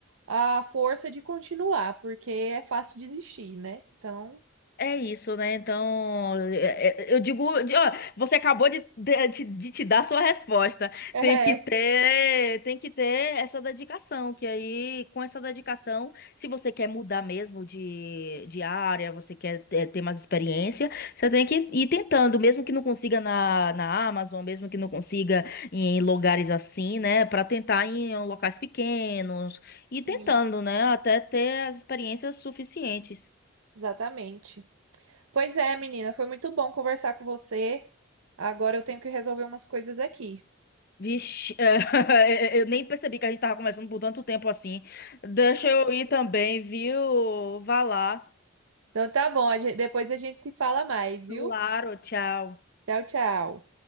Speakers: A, on the right; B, on the left.
A: a força de continuar, porque é fácil desistir, né? Então,
B: É isso, né? Então, é- é- eu digo, de- ó, você acabou de, de, de- de te dar sua resposta.
A: <laughs> é,
B: Tem que ter, tem que ter essa dedicação, que aí, com essa dedicação, se você quer mudar mesmo de, de área, você quer ter, ter mais experiência, você tem que ir tentando, mesmo que não consiga na, na Amazon, mesmo que não consiga em lugares assim, né? Para tentar em locais pequenos, e tentando,
A: sim,
B: né? Até ter as experiências suficientes.
A: exatamente. Pois é, menina, foi muito bom conversar com você. Agora eu tenho que resolver umas coisas aqui.
B: Vixe, é, <laughs> eu nem percebi que a gente tava conversando por tanto tempo assim. Deixa eu ir também, viu? Vá lá.
A: Então tá bom, a gen- depois a gente se fala mais, viu?
B: Claro, tchau.
A: Tchau, tchau.